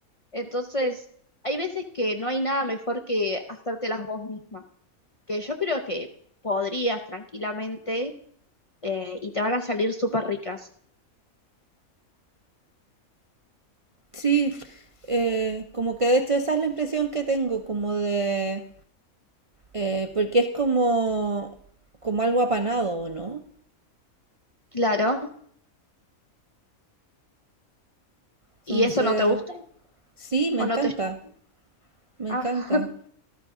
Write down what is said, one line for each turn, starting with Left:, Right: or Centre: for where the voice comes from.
Left: entonces hay veces que no hay nada mejor que hacértelas vos misma, que yo creo que podrías tranquilamente eh, y te van a salir súper ricas.
Right: Sí, eh, como que de hecho esa es la impresión que tengo, como de... eh, porque es como, como algo apanado, ¿o ¿no?
Left: Claro.
Right: Entonces,
Left: ¿Y eso no te gusta?
Right: Sí, me
Left: ¿O
Right: encanta,
Left: no te llama?
Right: me
Left: Ah,
Right: encanta.
Left: <laughs>